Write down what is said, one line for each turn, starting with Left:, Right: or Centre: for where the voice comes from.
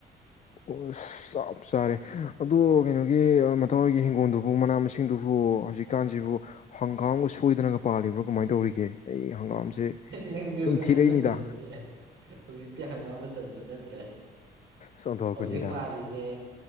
Left: ꯑꯣ ꯑꯁ ꯆꯞ ꯆꯥꯔꯦ ꯑꯗꯣ ꯀꯩꯅꯣꯒꯤ ꯃꯇꯥꯎꯍꯣꯏꯒꯤ ꯍꯤꯡꯒꯣꯜꯗꯨꯕꯨ ꯃꯅꯥ ꯃꯁꯤꯡꯗꯨꯕꯨ ꯍꯧꯖꯤꯛꯀꯥꯟꯁꯤꯕꯨ ꯍꯪꯒꯥꯝꯒ ꯁꯣꯏꯗꯅꯒ ꯄꯥꯜꯂꯤꯕ꯭ꯔꯣ ꯀꯃꯥꯏꯅ ꯇꯧꯔꯤꯒꯦ ꯀꯦ ꯑꯩ ꯍꯪꯒꯥꯝꯁꯦ
Right: ꯅꯪꯁꯨ
Left: ꯁꯨꯝ ꯊꯤꯔꯛꯏꯅꯤꯗ
Right: ꯍꯥꯏꯃꯟꯗ꯭ꯔꯗꯤ ꯍꯧꯖꯤꯛꯇꯤ ꯍꯪꯒꯥꯝ ꯃꯇꯝꯁꯨ ꯅꯠꯇ꯭ꯔꯦ
Left: ꯆꯣꯟꯊꯣꯛꯄꯅꯤꯗ
Right: ꯍꯧꯖꯤꯛ ꯄꯥꯜꯂꯤꯁꯦ